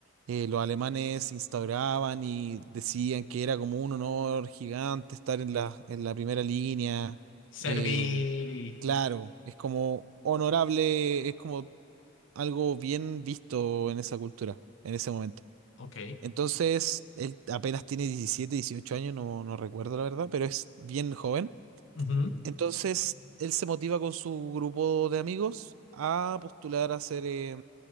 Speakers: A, on the right; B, on the left.
A: eh, los alemanes instauraban y decían que era como un honor gigante estar en la, en la primera línea.
B: Servir
A: Eh,
B: y...
A: claro, es como honorable, es como algo bien visto en esa cultura, en ese momento.
B: Ok.
A: Entonces, él apenas tiene 17 18 años, no, no recuerdo la verdad, pero es bien joven
B: ujú,
A: entonces, él se motiva con su grupo de amigos a postular a ser eh,